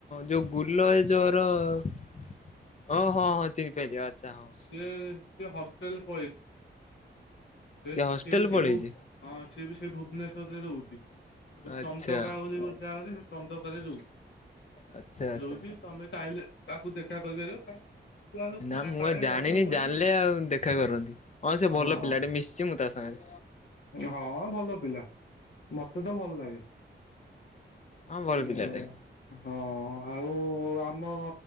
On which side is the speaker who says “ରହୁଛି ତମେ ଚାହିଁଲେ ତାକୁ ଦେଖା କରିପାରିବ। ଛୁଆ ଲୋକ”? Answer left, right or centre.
Left